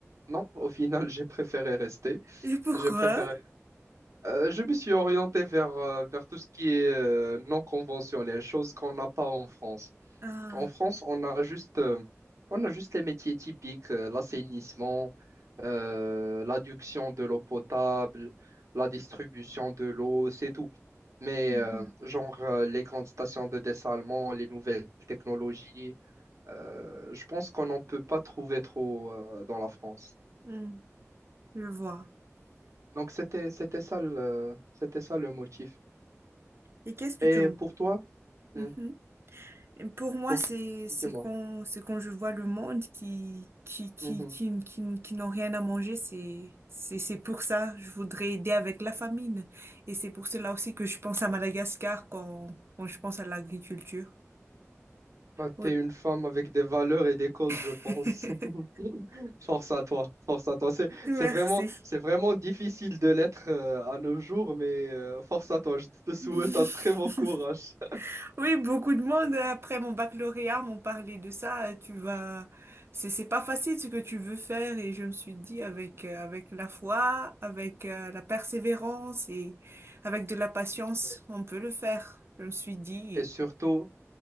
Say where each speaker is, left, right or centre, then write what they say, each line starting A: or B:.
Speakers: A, on the right; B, on the right.
A: non, au final, <laughs> j'ai préféré rester.
B: Et pourquoi?
A: J'ai préféré Euh, je me suis orienté vers, euh, vers tout ce qui est euh, non conventionnel, choses qu'on n'a pas en France.
B: Ah,
A: En France, on a juste, euh, on a juste les métiers typiques, euh, l'assainissement, euh, l'adduction de l'eau potable, la distribution de l'eau, c'est tout. Mais
B: mhm.
A: euh, genre euh, les grandes stations de dessalement, les nouvelles technologies, euh, je pense qu'on n'en peut pas trouver trop euh, dans la France.
B: Hmm. Je vois.
A: Donc c'était, c'était ça le, c'était ça le motif.
B: Et qu'est-ce que
A: Et
B: tu en...
A: pour toi, Hmm,
B: Mhm. Pour moi,
A: pour
B: c'est
A: t-
B: c'est
A: Dis-moi.
B: quand c'est quand je vois le monde qui qui qui
A: Mhm.
B: qui qui, qui n'ont rien à manger, c'est c'est c'est pour ça je voudrais aider avec la famine et c'est pour cela aussi que je pense à Madagascar quand quand je pense à l'agriculture.
A: Bah, t'es
B: Oui.
A: une femme avec des valeurs et des causes, je
B: <laughs>
A: pense. <laughs> Force à toi, force à toi. C'est,
B: Merci.
A: c'est vraiment, c'est vraiment difficile de l'être euh, à nos jours, mais euh, force à toi. Je te souhaite
B: <laughs>
A: un très bon courage.
B: Oui, beaucoup de monde après mon baccalauréat m'ont parlé de ça. Tu vas, c'est c'est pas facile ce que tu veux faire et je me suis dit avec euh, avec la foi, avec euh, la persévérance et avec de la patience,
A: Ouais.
B: on peut le faire. Je me suis dit
A: Et surtout,